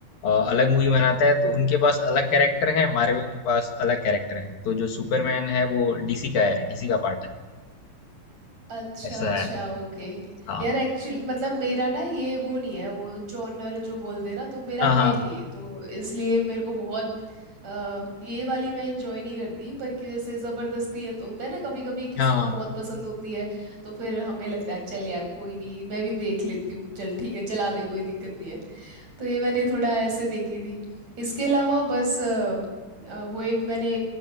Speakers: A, on the left (about 60°); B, on the right (about 35°).
A: अलग मूवी बनाता है तो उनके पास अलग कैरेक्टर है मार्वल के पास अलग कैरेक्टर है तो जो सुपरमैन है वो डीसी का है डीसी का पार्ट है
B: अच्छा
A: ऐसा
B: अच्छा
A: है
B: ओके
A: हाँ
B: यार एक्चुअल मतलब मेरा ना ये वो नहीं है वो जॉनर जो बोलते हैं ना तो मेरा
A: हाँ
B: है नहीं है तो इसलिए मेरे को बहुत अ, ये वाली मैं इंजॉय नहीं करती पर कि जैसे ज़बरदस्ती है तो होता है ना कभी कभी किसी
A: हाँ
B: को
A: हाँ
B: बहुत पसंद होती है तो फिर हमें लगता है चल यार कोई नहीं मैं भी देख लेती हूँ चल ठीक है चला दे कोई दिक्कत नहीं है तो ये मैंने थोड़ा ऐसे देखी थी इसके अलावा बस अ, अ, वो एक मैंने